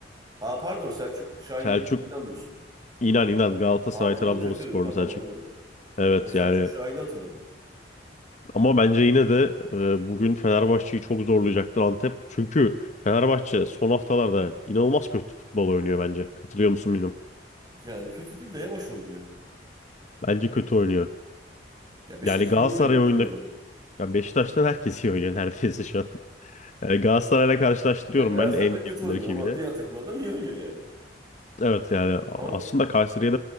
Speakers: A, on the right (about 20°); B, on the left (about 40°).
A: Ha pardon Selçuk Şahin
B: Selçuk
A: değil. İnan diyorsun.
B: İnan İnan Galatasaray
A: Ha o zaman
B: Trabzonsporlu
A: kötü. Tamam
B: Selçuk.
A: aynen.
B: Evet
A: Ben Selçuk
B: yani
A: Şahin'i hatırladım.
B: Ama bence yine de e, bugün Fenerbahçe'yi çok zorlayacaktır Antep. Çünkü Fenerbahçe son haftalarda inanılmaz kötü futbol oynuyor bence. Katılıyor musun bilmiyorum.
A: Yani kötü değil de yavaş oynuyor.
B: Bence kötü oynuyor.
A: Ya Beşiktaş'tan
B: Yani Galatasaray
A: iyi oynuyor canım
B: oyunda
A: benim.
B: ya Beşiktaş'tan herkes iyi oynuyor <laughs> neredeyse şu an. <laughs> Yani Galatasaray'la karşılaştırıyorum
A: Yani Galatasaray'dan
B: ben en
A: kötü
B: yakın
A: oynuyor
B: rakibiyle.
A: ama diğer takımlardan iyi oynuyor yani.
B: Evet yani aslında
A: Ama
B: Kayseri'ye